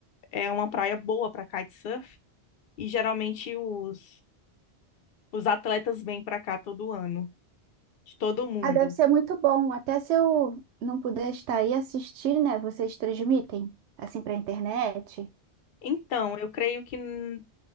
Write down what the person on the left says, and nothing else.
é uma praia boa para kitesurf, e geralmente os, os atletas vêm para cá todo ano, de todo mundo.
Então, eu creio que n-